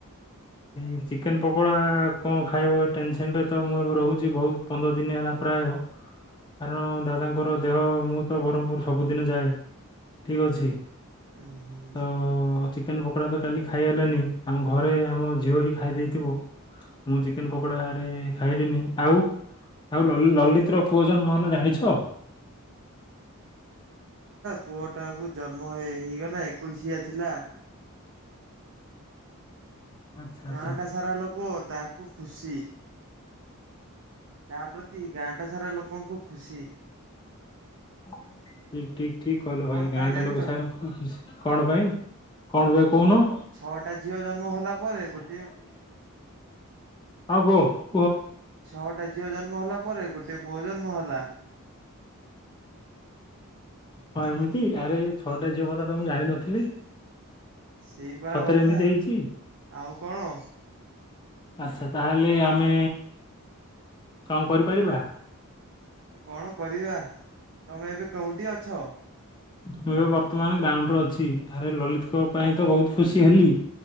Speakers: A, on the left; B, on the right.
A: ଏଇ ଚିକେନ ପକୋଡା କଣ ଖାଇବ ଏ ଟେନସନ ରେ ତ ମୁଁ ଏବେ ରହୁଛି ବହୁତ ପନ୍ଦର ଦିନ ହେଲା ପରେ ପ୍ରାୟ କାରଣ ଦାଦାଙ୍କର ଦେହ ମୁଁ ତ ବ୍ରହ୍ମପୁର ସବୁଦିନ ଯାଏ ଠିକ ଅଛି।
B: ହୁଁ ହୁଁ।
A: ତ ଚିକେନ ପକୋଡା ତ କାଲି ଖାଇ ହେଲାନି ଆମ ଘରେ ଆମ ଝିଅ ହିଁ ଖାଇ ଦେଇଥିବ ମୁଁ ଚିକେନ ପକୋଡା ଆଡେ ଖାଇଲିନି ଆଉ। ଆଉ ଲଳିତ ର ପୁଅ ଜନ୍ମ ମହଲ ଜାଣିଛ?
B: ପୁଅ ଟା କୁ ଜନ୍ମ ହେ ହେଇଗଲା ଏକୋଇଶିଆ ଥିଲା।
A: ଆଚ୍ଛା ଆଚ୍ଛା।
B: ଗାଁ ଟା ସାରା ଲୋକ ତାକୁ ଖୁସି ତା ପ୍ରତି ଗାଁଟା ସାରା ଲୋକଙ୍କୁ ଖୁସି
A: ଠିକ ଠିକ ଠିକ କହିଲ
B: କଣ
A: ଭାଇ ଗାଁଟା
B: ପାଇଁ ଜାଣିଛ
A: ଲୋକ ସାର ଖୁସି କଣ ପାଇଁ କଣ ଭାଇ କହୁନୁ?
B: ଛଅଟା ଝିଅ ଜନ୍ମ ହେଲା ପରେ ଗୋଟିଏ
A: ହଉ କୋ?
B: ଛଅଟା ଝିଅ ଜନ୍ମ ହେଲା ପରେ ଗୋଟେ ପୁଅ ଜନ୍ମ ହେଲା।
A: ହଁ ଏମିତି ଆରେ ଛଅଟା ଝିଅ କଥା ତ ମୁଁ ଜାଣିନଥିଲି।
B: ସେଇପରା
A: ସତରେ
B: କଥା
A: ଏମିତି ହେଇଛି।
B: ଆଉ କଣ
A: ଆଛା ତାହେଲେ ଆମେ କଣ କରିପାରିବା?
B: କଣ କରିବା ତମେ ଏବେ କୋଉଠି ଅଛ?
A: ମୁଁ ଏବେ ବର୍ତ୍ତମାନ ଗ୍ରାଉଣ୍ଡରେ ଅଛି ଆରେ ଲଲିତଙ୍କ ପାଇଁ ତ ବହୁତ ଖୁସି ହେଲି।